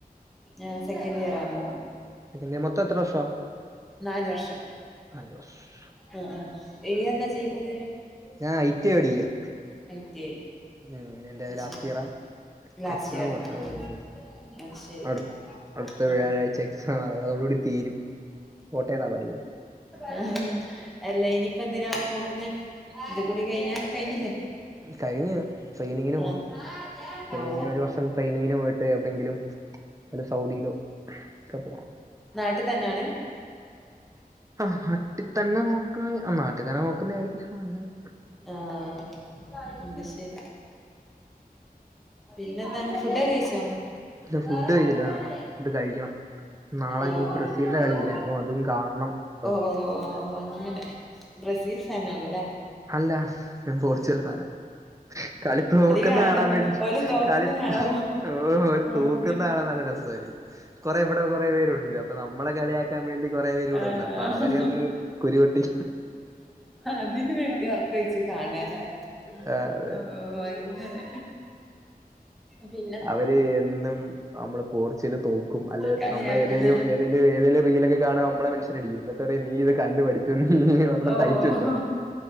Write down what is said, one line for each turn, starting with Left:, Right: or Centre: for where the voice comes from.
Centre: ഞാൻ സെക്കൻഡിയറാണ്
Right: സെക്കൻഡ് ഇയർ. മൊത്തം എത്ര വർഷാ
Centre: നാല് വർഷം
Right: നാല് വർഷം
Centre: ആഹ് ആഹ് ഈയെന്താ ചെയ്യുന്നത്
Right: ഞാൻ ഐടി പഠിക്കുവാ
Centre: ഐ ടി
Right: ഉം എന്റെ
Centre: ഐ
Right: ലാസ്റ്റിയറാ
Centre: ശരി ലാസ്റ്റ്
Right: എക്സാമാ
Centre: ഇയർ ആ ആ
Right: ഉം
Centre: അത് ശരി
Right: അടുത്ത് അടുത്ത വ്യാഴാഴ്ച
Centre: ഉം
Right: എക്സാമാ അത തോടു കൂടി തീരും കോട്ടയത്താ പഠിക്കുന്നെ
Centre: ആഹ അല്ല ഇനിപ്പ എന്തിനാവോ നോക്കുന്നേ ഇത് കൂടി കഴിഞ്ഞാ കഴിഞ്ഞില്ലേ
Right: കഴിഞ്ഞു ട്രെയിനിങ്ങിന് പോണം
Centre: ആ
Right: ട്രെയിനിങ്ങിനൊരു
Centre: ഓ
Right: വർഷം ട്രെയിനിങ്ങിന് പോയിട്ട് എവിടെങ്കിലും വല്ല സൗദിയിലോ ഒക്കെ പോണം.
Centre: നാട്ടിത്തന്നാണ്?
Right: ആഹ് നാട്ടിത്തന്നെ നോക്കണയ് ആഹ് നാട്ടിത്തന്നെ നോക്കുന്നെയായിരിക്കും നല്ലത്.
Centre: ആഹ് അത് ശരി പിന്നെന്താണ് ഫുഡൊക്കെ കഴിച്ചോ?
Right: ഇല്ല ഫുഡ്
Centre: ആഹ്
Right: കഴിച്ചില്ല ഫുഡ് കഴിക്കണം നാളെ
Centre: ഓഹ് ഓ
Right: ഇനി ബ്രസീലിന്റെ കളിയില്ലേ അപ്പൊ അതും കാണണം അപ്പം
Centre: ഓ ഓ ഓ ഓ അങ്ങനെ ബ്രസീൽ ഫാനാണ്ല്ലേ?
Right: അല്ല ഞാൻ പോർച്ചുഗൽ ഫാനാ കളി തോക്കുന്ന
Centre: കാണല്ലോ
Right: കാണാൻ വേണ്ടി
Centre: ഓല് തോക്കുന്ന
Right: കളി
Centre: കാണോ
Right: ഓ അവര് തോക്കുന്നാണ
Centre: അങ്ങനെ
Right: നല്ല രസം കുറെ ഇവിടെ കൊറേ പേരുണ്ട് അപ്പൊ നമ്മളെ കളിയാക്കാൻ വേണ്ടി കുറേ പേര് ഇവിടെ
Centre: ആഹ്
Right: ഉണ്ട്. അപ്പൊ അവരെ ഒ കുരുവൊട്ടി
Centre: അതിന് വേണ്ടി ഒറ്ക്ക ഒഴിച് കാണാല്ലേ
Right: ആഹ് അതെ
Centre: ഓ അങ്ങനെ അതെ
Right: അവര് എന്നും നമ്മള് പോർച്ചൽ തോക്കും അല്ലെ
Centre: കളിയാക്കല്ലേ
Right: നമ്മൾ ഏതേലും ഏതേലും ഏതേലും റീലൊക്കെ കാണാ നമ്മളെ മെൻഷൻ അടിക്കും. എന്ന് ട്ടറിം നീ ഇത് കണ്ടു പഠിച്ചുന്ന് നീ ഒരെണ്ണം
Centre: ഓഹ്
Right: തൈച്ചുവെച്ചോ